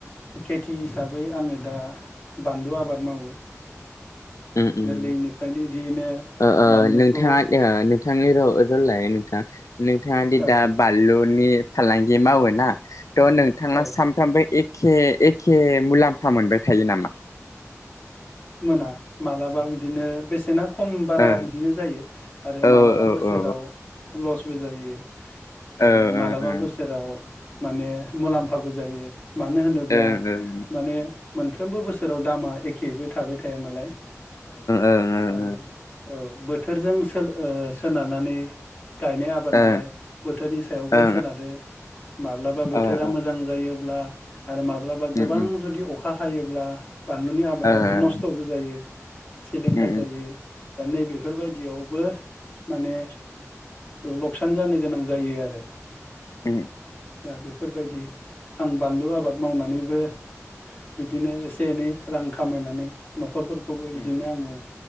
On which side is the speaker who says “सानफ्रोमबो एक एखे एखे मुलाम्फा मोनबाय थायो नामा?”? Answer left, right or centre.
Left